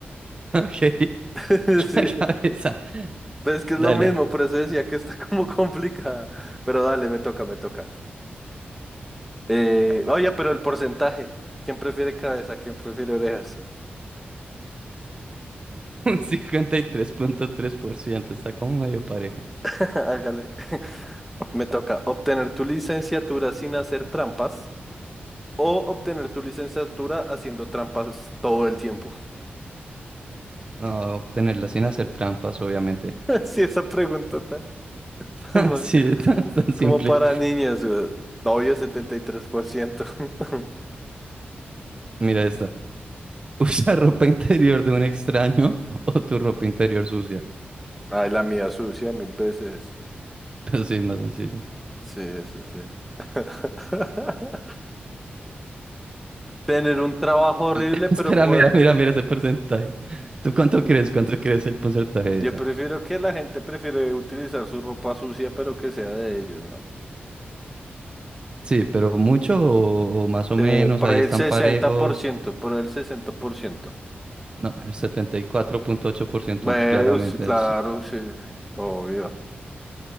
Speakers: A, on the right; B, in the centre.
A: <laughs> Ok.
B: <laughs>
A: <laughs>
B: Sí,
A: La cabeza,
B: pues es que es
A: dale,
B: lo mismo, por eso decía que está <laughs> como complicada. Pero dale, me toca, me toca. Eh, oye, pero el porcentaje. ¿Quién prefiere cabeza? ¿Quién prefiere orejas?
A: <laughs> un cincuenta y tres tres punto tres por ciento está como medio parejo.
B: <laughs> Hágale. Me toca obtener tu licenciatura sin hacer trampas o obtener tu licenciatura haciendo trampas todo el tiempo. <laughs>
A: No, obtenerla sin hacer trampas, obviamente.
B: Sí, esa pregunta está
A: <laughs>
B: tan <laughs> mal.
A: Sí, es tan es tan simple.
B: como para niños, güey. obvio setenta y tres por ciento <laughs>
A: Mira esta. <laughs> Usa ropa interior de un extraño o tu ropa interior sucia.
B: Ay, la mía sucia mil veces.
A: Pues sí, más sencillo.
B: Sí, eso sí. <laughs> Tener un trabajo horrible,
A: <laughs>
B: pero
A: Espera,
B: poder...
A: mira, mira, mira ese porcentaje. ¿Tú cuánto crees? ¿Cuánto crees el porcentaje de
B: Yo
A: esa?
B: prefiero que la gente prefiere utilizar su ropa sucia, pero que sea de ellos, ¿no?
A: Sí, pero mucho o, o más o
B: Eh,
A: menos,
B: para
A: ahí están
B: el sesenta
A: parejos.
B: por ciento, para el 60%.
A: No, el setenta y cuatro punto ocho por ciento
B: Bueno,
A: claramente.
B: sí, claro, sí, obvio.